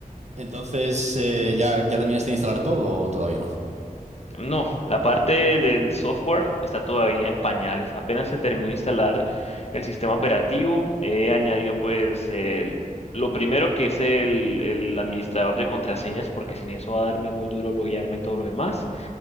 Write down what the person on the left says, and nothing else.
No, la parte del software está todavía en pañales. Apenas se terminó de instalar el sistema operativo, he añadido pues el- lo primero que es el, el administrador de contraseñas, porque sin eso va a darme muy duro loguearme en todo lo demás.